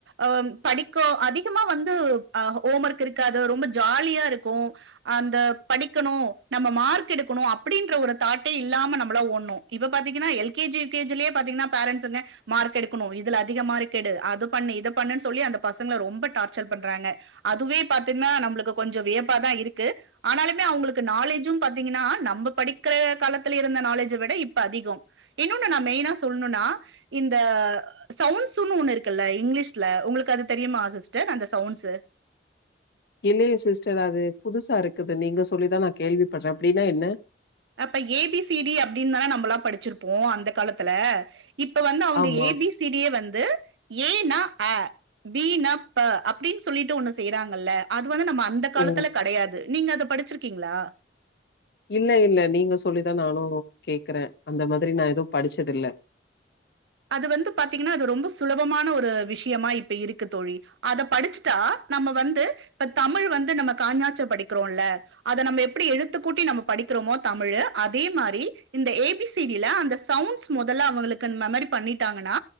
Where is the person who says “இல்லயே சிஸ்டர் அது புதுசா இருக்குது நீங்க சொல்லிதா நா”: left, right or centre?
Left